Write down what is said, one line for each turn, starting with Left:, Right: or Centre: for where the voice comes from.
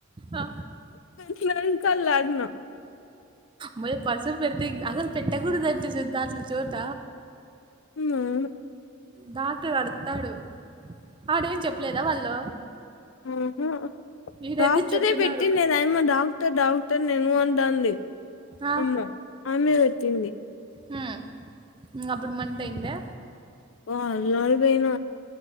Right: ఆ!
Left: న్నారు కల్లాజ్ఞ
Right: మయ పసం పెడితే అసలు పెట్టకూడదు అంటే చద్దా అసలు చోట
Left: హ్మ్
Right: డాక్టర్ అడ్తాడు ఆడేం చెప్పలేదా వాళ్ళు
Left: ఆహా
Right: ఈడైతే
Left: డాక్టరే
Right: చెప్పినారు.
Left: పెట్టిన్నేది అయమ్మ డాక్ త డాక్ట తర్ నేను అంటాంది
Right: ఆ!
Left: అయమ్మ ఆయమ్మె తింది
Right: హ్మ్ ఇంగ అప్పుడు మంట అయ్యిందా
Left: పో అల్లాడిపోయిన